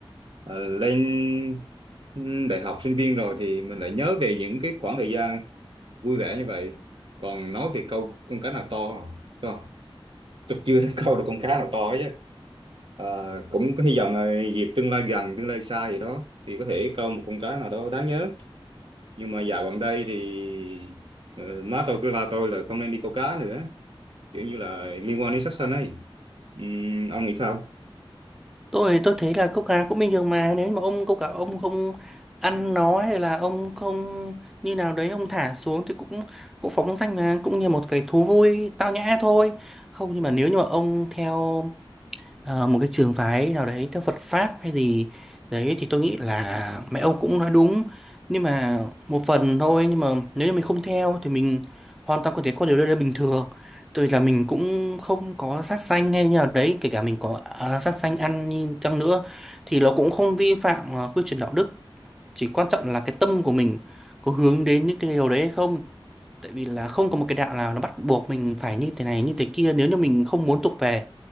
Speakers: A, on the right; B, in the centre.
A: à, lên đại học sinh viên rồi thì mình lại nhớ về những cái khoảng thời gian vui vẻ như vậy còn nói về câu con cá nào to không? đúng không tôi chưa <laughs> thấy câu được con cá nào to hết chứ à, cũng có hy vọng là dịp tương lai gần tương lai xa gì đó thì có thể câu một con cá nào đó đáng nhớ nhưng mà dạo gần đây thì ờ, má tôi cứ la tôi là không nên đi câu cá nữa kiểu như là liên quan đến sát sanh ấy Ừm, ông nghĩ sao
B: Tôi tôi thấy là câu cá cũng bình thường mà nếu mà ông câu cá ông không ăn nó hay là ông không như nào đấy ông thả xuống thì cũng cũng phóng danh mà cũng như một cái thú vui tao nhã thôi. Không nhưng mà nếu như mà ông theo ờ, một cái trường phái nào đấy theo Phật pháp hay gì đấy thì tôi nghĩ là mẹ ông cũng nói đúng nhưng mà một phần thôi nhưng mà nếu như mình không theo thì mình hoàn toàn có thể có điều đó bình thường tôi là mình cũng không có sát sanh hay như nào đấy kể cả mình có à, sát sanh ăn như chăng nữa thì nó cũng không vi phạm ờ, quy chuẩn đạo đức chỉ quan trọng là cái tâm của mình có hướng đến những cái điều đấy hay không tại vì là không có một cái đạo nào nó bắt buộc mình phải như thế này như thế kia nếu như mình không muốn tục về